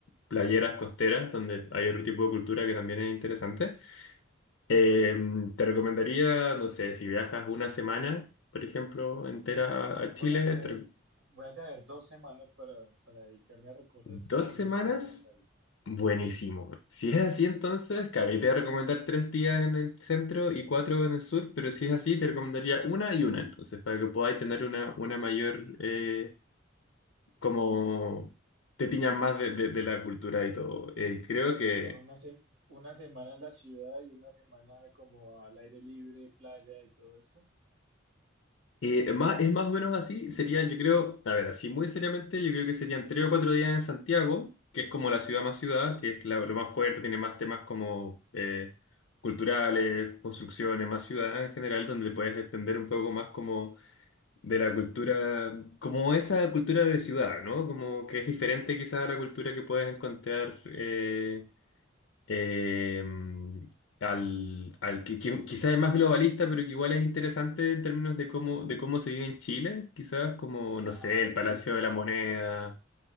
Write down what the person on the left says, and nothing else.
playeras costeras, donde hay otro tipo de cultura que también es interesante. Eh, te recomendaría, no sé, si viajas una semana, por ejemplo, entera a a
Chile,
tre-
dos
semanas.
Buenísimo.
Si es así, entonces, claro, yo te voy a recomendar tres días en el centro y cuatro en el sur, pero si es así, te recomendaría una y una, entonces, para que podáis tener una, una mayor, eh, como te tiñas más de, de- de la cultura y todo. Eh, creo que
Eh, más, es más o menos así, sería, yo creo, a ver, así muy seriamente, yo creo que serían tres o cuatro días en Santiago, que es como la ciudad más ciudad, que es la- lo más fuerte, tiene más temas como eh, culturales, construcciones, más ciudad en general, donde puedes entender un poco más como de la cultura, como esa cultura de ciudad, ¿no? Como que es diferente quizás a la cultura que puedes encontrar. eh, eh, al, al que, que quizás es más globalista, pero que igual es interesante en términos de cómo, de cómo se vive en Chile, quizás como, no
sé, el
Palacio
de la Moneda.